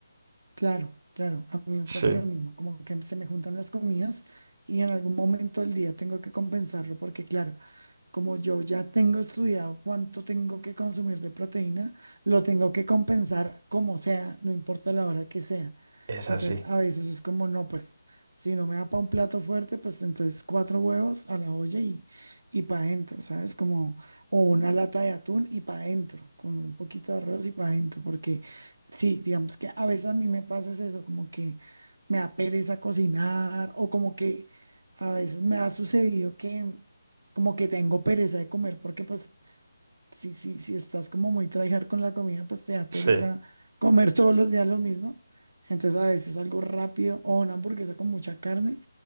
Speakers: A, on the right (about 75°); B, on the right (about 45°).
A: Claro, claro, a mí me
B: Sí,
A: pasa lo mismo, como que se me juntan las comidas y en algún momento del día tengo que compensarlo porque claro, como yo ya tengo estudiado cuánto tengo que consumir de proteína, lo tengo que compensar como sea, no importa la hora que sea.
B: es
A: Entonces,
B: así.
A: a veces es como, no, pues si no me da para un plato fuerte, pues entonces cuatro huevos a la olla y, y para adentro, ¿sabes? Como, o una lata de atún y para adentro, con un poquito de arroz y para adentro, porque sí, digamos que a veces a mí me pasa es eso, como que me da pereza cocinar, o como que a veces me ha sucedido que como que tengo pereza de comer, porque pues si, si, si estás como muy tryhard con la comida, pues te da
B: Sí.
A: pereza comer todos los días lo mismo. Entonces a veces algo rápido o una hamburguesa con mucha carne